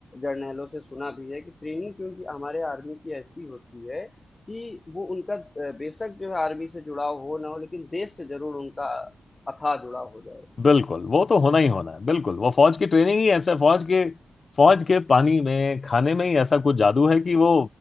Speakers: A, on the left (about 25°); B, on the left (about 45°).
A: जर्नैलों से सुना भी है कि ट्रेनिंग क्योंकि हमारे आर्मी की ऐसी होती है कि वो उनका अ, बेशक जो है आर्मी से जुड़ाव हो ना हो लेकिन देश से जरूर उनका अथाह जुड़ाव हो जाए
B: बिल्कुल वो तो होना ही होना है बिल्कुल वो फौज की ट्रेनिंग ही ऐसा है, फौज के फौज के पानी में खाने में ही ऐसा कुछ जादू है कि वो